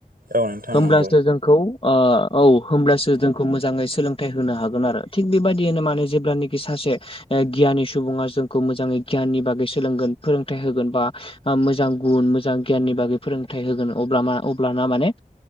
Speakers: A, on the right; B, on the left.
A: औ नोंथां
B: होमब्लासो
A: नंगौ
B: जों खौ ओ औ होमब्लासो जोंखौ मोजाङै सोलोंथाइ होनो हागोन आरो थिग बेबायदिनो माने जेब्लानाखि सासे गियानि सुबुङा जोंखौ मोजाङै गियाननि बागै सोलोंगोन फोरोंथाइ होगोन बा मोजां गुन मोजां गियाननि बागै फोरोंथाइ होगोन अब्ला अब्लाना माने